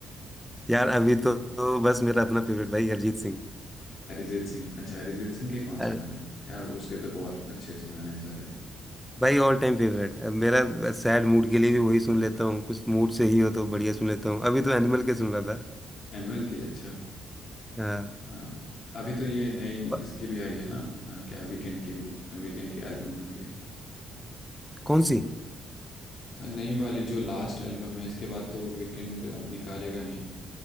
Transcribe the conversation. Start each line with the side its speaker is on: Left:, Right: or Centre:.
Centre: यार अभी तो, तो बस मेरा अपना फेवरेट भाई अरिजीत सिंह
Left: अरिजीत सिंह अच्छा अरिजीत सिंह के कौन
Centre: अरे
Left: से गाने यार उसके तो बहुत अच्छे अच्छे गाने हैं सारे
Centre: भाई ऑल टाइम फेवरेट अब मेरा सैड मूड के लिए भी वही सुन लेता हूँ कुछ मूड से ही हो तो बढ़िया सुन लेता हूँ अभी तो एनिमल के सुन रहा था
Left: एनुअल के अच्छा
Centre: हाँ
Left: अ, अभी तो ये नई
Centre: ब-
Left: इसकी भी आई है ना अ, क्या वीकेंड की वीकेंड की एल्बम आई है
Centre: कौन सी
Left: अ, नई वाली जो लास्ट एल्बम है इसके बाद तो वीकेंड अब निकालेगा नहीं